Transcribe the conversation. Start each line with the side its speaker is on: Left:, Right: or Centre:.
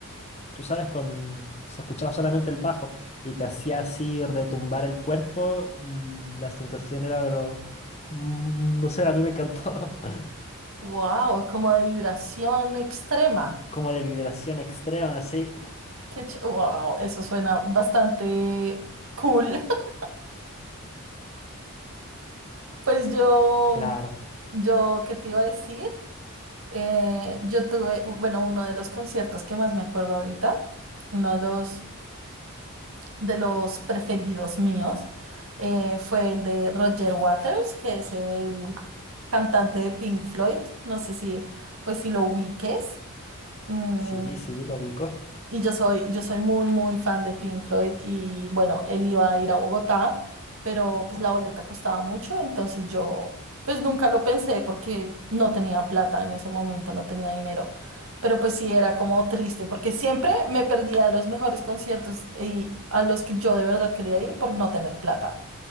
Left: tú sabes, con se escuchaba solamente el bajo y te hacía así retumbar el cuerpo y la sensación era, pero mm, no sé, a mí me encantó, <laughs>
Right: Wow, como de vibración extrema.
Left: como de vibración extrema, así.
Right: Qué wow, eso suena bastante cool. <laughs> Pues yo,
Left: Claro,
Right: yo, ¿qué te iba a decir? Eh, yo tuve, u- bueno, uno de los conciertos que más me acuerdo ahorita, uno de los, de los preferidos míos, eh, fue el de Roger Waters, que es el cantante de Pink Floyd. No sé si, pues si lo ubiques. Mm,
Left: sí, sí, lo ubico.
Right: Y yo soy, yo soy muy, muy fan de Pink Floyd y bueno, él iba a ir a Bogotá, pero pues la boleta costaba mucho, entonces yo pues nunca lo pensé porque no tenía plata en ese momento, no tenía dinero. Pero pues sí, era como triste porque siempre me perdía los mejores conciertos y a los que yo de verdad quería ir por no tener plata.